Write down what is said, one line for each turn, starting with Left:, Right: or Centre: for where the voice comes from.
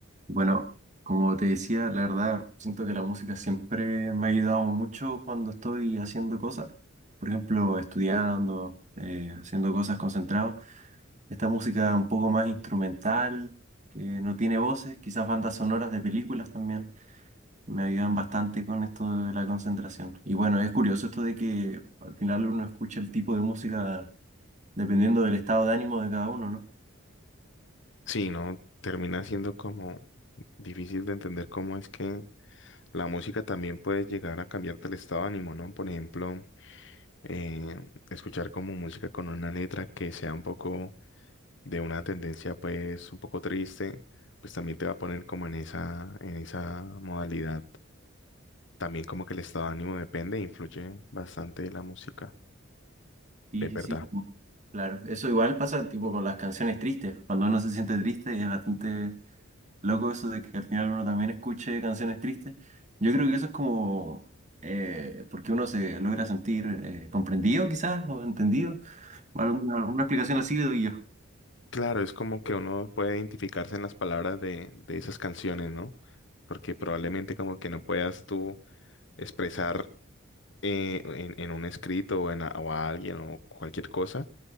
Right: Bueno, como te decía, la verdad, siento que la música siempre me ha ayudado mucho cuando estoy haciendo cosas. Por ejemplo, estudiando, eh, haciendo cosas concentrado. Esta música un poco más instrumental, que no tiene voces, quizás bandas sonoras de películas también, me ayudan bastante con esto de la concentración. Y bueno, es curioso esto de que al final uno escucha el tipo de música dependiendo del estado de ánimo de cada uno, ¿no?
Left: Sí, ¿no? Termina siendo como difícil de entender cómo es que la música también puede llegar a cambiarte el estado de ánimo, ¿no? Por ejemplo, eh, escuchar como música con una letra que sea un poco de una tendencia pues un poco triste, pues también te va a poner como en esa, en esa modalidad. También como que el estado de ánimo depende e influye bastante de la música,
Right: Sí,
Left: es
Right: sí,
Left: verdad.
Right: sí. Claro, eso igual pasa tipo con las canciones tristes. Cuando uno se siente triste es bastante loco eso de que al final uno también escuche canciones tristes. Yo creo que eso es como eh, porque uno se logra sentir eh, comprendido quizás o entendido. Alguna, alguna explicación así le doy yo.
Left: Claro, es como que uno puede identificarse en las palabras de, de esas canciones, ¿no? Porque probablemente como que no puedas tú expresar eh, en, en un escrito o, en, a o a alguien o cualquier cosa